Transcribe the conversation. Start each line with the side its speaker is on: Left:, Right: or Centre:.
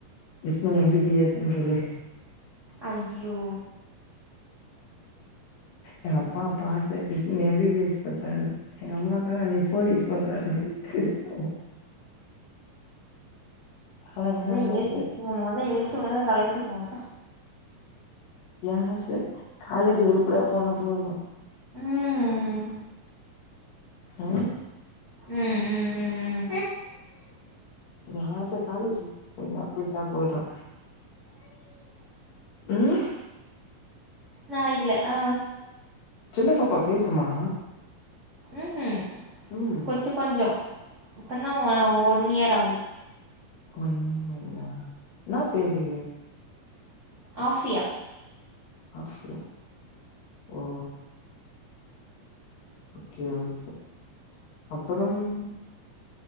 Left: விஷ்ணு எம் பி பி எஸ்னு சொல்லு
Right: ஐயோ
Left: எங்க அப்பா அப்ப ஆச பேசாம எம் பி பி எஸ் பண்றானு எங்க அம்மாக்கா என்னய ஃபோலி ஸ் <unintelligible> ஆனா ஏ
Right: அதா
Left: ஆச
Right: எழுச்சி போமொது எழுச்சிவர்லனா களைச்சி போனு
Left: ஏ ஆச காலேஜ் உறுப்படியா போனா போது
Right: ம்
Left: ம்
Right: ம் ம்
Left: ஏ ஆச காலேஜு போனா போயிட்டா போது ம்
Right: நா இல்ல ஆ
Left: சின்ன பாப்பா பேசுமா
Right: ம் ம்
Left: ம்
Right: கொஞ்ச கொஞ்சோ இப்பந்தா வ ஒன் இயர் ஆகுது
Left: ஒன் இயர் ஆகுதா என்னா பேரு
Right: ஆஃபியா
Left: ஆஃபியா ஓ ஓகே ஓகே அப்புறம்
Right: ம்